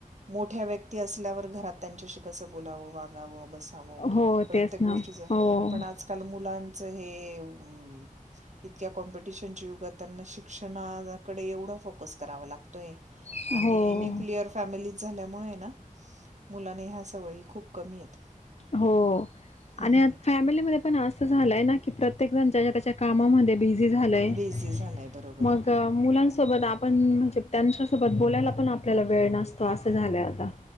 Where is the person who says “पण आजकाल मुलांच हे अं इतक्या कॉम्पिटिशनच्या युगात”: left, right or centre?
Right